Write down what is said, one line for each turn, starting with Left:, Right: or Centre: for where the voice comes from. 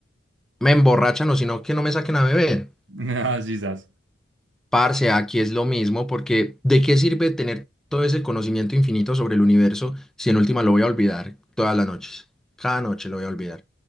Centre: me emborrachan o si no, que no me saquen a beber.
Right: <laughs> Así es.
Centre: Parce, aquí es lo mismo, porque ¿de qué sirve tener todo ese conocimiento infinito sobre el universo si en última lo voy a olvidar todas las noches? Cada noche lo voy a olvidar.